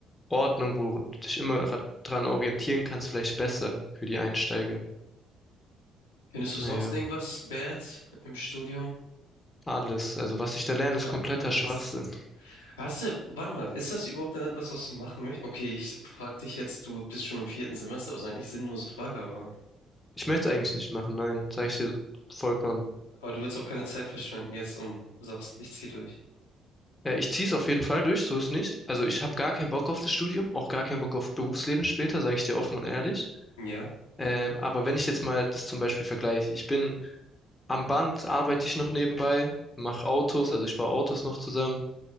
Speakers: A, on the left (about 20°); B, on the left (about 75°).
A: Ordnung, wo du dich immer ra- dran orientieren kannst, vielleicht besser für die Einsteiger.
B: Findest du
A: Naja,
B: sonst irgendwas bad im Studium?
A: alles. Also was ich da
B: <laughs>
A: lerne, ist
B: Einfach
A: kompletter
B: alles.
A: Schwachsinn.
B: Hast du, warte mal, ist das überhaupt dann etwas, was du machen möchtest? Okay, ich frag dich jetzt, du bist schon im vierten Semester, also eigentlich sinnlose Frage, aber,
A: Ich möchte es eigentlich nicht machen, nein, sage ich dir vollkommen.
B: aber du willst auch keine Zeit verschwenden jetzt und sagst, ich zieh durch.
A: Äh, ich ziehe es auf jeden Fall durch, so ist nicht. Also ich habe gar keinen Bock auf das Studium, auch gar keinen Bock auf Berufsleben später, sage ich dir offen und ehrlich.
B: Ja?
A: Ähm, aber wenn ich jetzt mal das zum Beispiel vergleiche, ich bin am Band, arbeite ich noch nebenbei, mache Autos, also ich baue Autos noch zusammen.